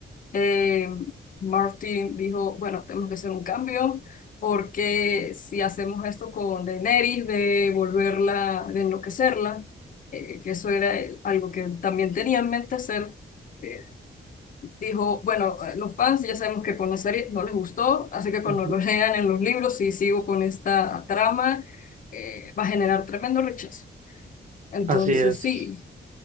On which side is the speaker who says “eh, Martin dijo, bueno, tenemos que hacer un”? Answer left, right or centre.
Left